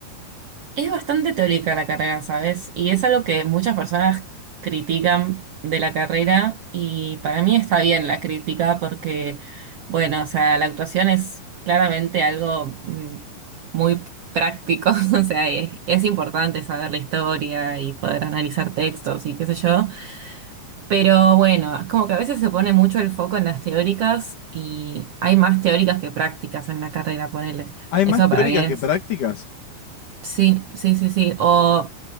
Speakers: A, on the right; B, on the left.
A: Es bastante teórica la carrera, ¿sabes? Y es algo que muchas personas critican de la carrera y para mí está bien la crítica porque, bueno, o sea, la actuación es claramente algo mm, muy práctico, <laughs> o sea, es, es importante saber la historia y poder analizar textos y qué sé yo, pero bueno, es como que a veces se pone mucho el foco en las teóricas y hay más teóricas que prácticas en la carrera, ponele.
B: ¿Hay
A: Eso
B: más teóricas
A: para mí es
B: que prácticas?
A: Sí, sí, sí, sí. O,